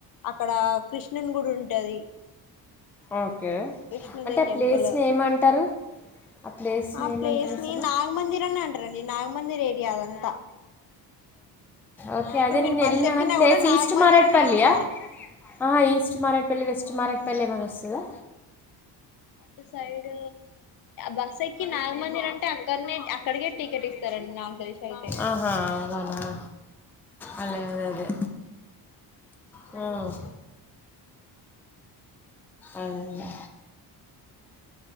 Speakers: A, on the left; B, in the centre.
A: అక్కడ కృష్ణన్ గుడి ఉంటది
B: ఓకే
A: కృష్ణుని
B: అంటే ఆ
A: టెంపుల్
B: ప్లేస్ ని ఏమంటారు ఆ ప్లేస్‌ని
A: ఆ
B: ఏమంటారు
A: ప్లేస్
B: అసలు?
A: ని నాగమందిర్ అని అంటారండి నాగమందిర్ ఏరియా అదంతా
B: ఓకే
A: ఆ ఇప్పుడు
B: నీను
A: మీరు
B: వెళ్లిన
A: బస్ ఎక్కినా
B: కానీ ప్లేస్
A: కూడా నాగమందిర్
B: ఈస్ట్ మారాట్పలియా
A: అనే చెప్పాలి
B: ఆ ఈస్ట్ మారాట్పల్లి వెస్ట్ మారాట్పల్లి అనీ వస్తుందా
A: అటు సైడ్ బస్ ఎక్కి నాగమందిర్ అంటే అక్కడనే అక్కడికే టికెట్ ఇస్తారండి నాకు దోశ అయితే
B: ఆహా! అలానా? అదే అదే అదే.
A: నాది
B: హ్మ్.
A: తిను
B: అదే అదే